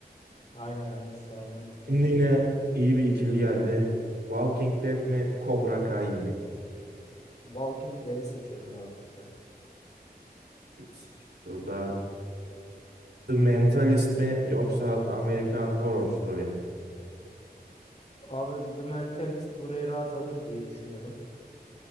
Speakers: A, on the left; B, on the right.
A: Aynen aynen sağlam diziler
B: Şimdi
A: şey.
B: yine iyi bir ikili geldi. Walking Dead mi, Cobra Kai mi?
A: Walking Dead'i seçiyorum abi burada.
B: Evet, Burada The Mentalist mi yoksa American Horror Story mi?
A: Abi The Mentalist burayı rahat alır diye düşünüyorum.